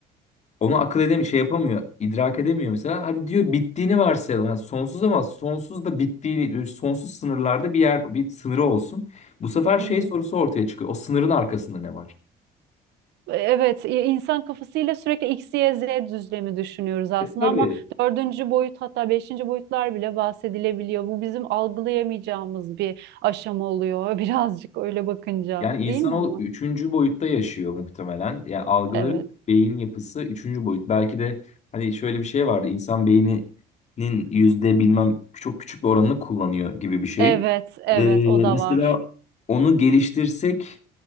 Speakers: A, on the left; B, on the right.
A: Onu akıl edemiyor, şey yapamıyor, idrak edemiyor mesela. Hadi diyor bittiğini varsayalım. Hani sonsuz ama sonsuz da bittiğini, e, sonsuz sınırlarda bir yer bir sınırı olsun. Bu sefer şey
B: Hı.
A: sorusu ortaya çıkıyor. O sınırın arkasında ne var?
B: Evet, i- insan kafasıyla sürekli X, Y, Z düzlemi düşünüyoruz aslında
A: E, tabii.
B: ama dördüncü boyut hatta beşinci boyutlar bile bahsedilebiliyor. Bu bizim algılayamayacağımız bir aşama oluyor <laughs> birazcık öyle bakınca
A: Yani
B: değil
A: insanoğlu
B: mi ama?
A: üçüncü boyutta yaşıyor muhtemelen. Yani algıları,
B: Evet,
A: beyin yapısı üçüncü boyut. Belki de hani şöyle bir şey vardı. İnsan beyninin yüzde bilmem çok küçük bir oranını kullanıyor gibi bir şey.
B: evet, evet
A: Ee,
B: o da
A: mesela
B: var.
A: onu geliştirsek